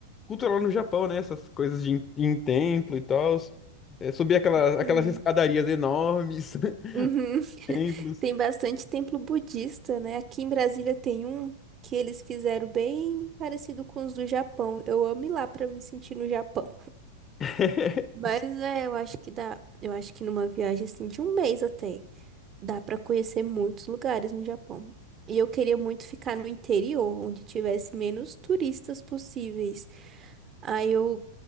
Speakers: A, on the left; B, on the right.
A: culto lá no Japão, né? Essas coisas de em, em templo e tal. É, subir aquelas, aquelas
B: Sim.
A: escadarias enormes, <laughs>
B: Uhum.
A: templos.
B: <laughs> Tem bastante templo budista, né? Aqui em Brasília tem um que eles fizeram bem parecido com os do Japão. Eu amo ir lá para me sentir no Japão.
A: <laughs>
B: Mas é, eu acho que dá. Eu acho que numa viagem assim de um mês até, dá pra conhecer muitos lugares no Japão. E eu queria muito ficar no interior, onde tivesse menos turistas possíveis. Aí eu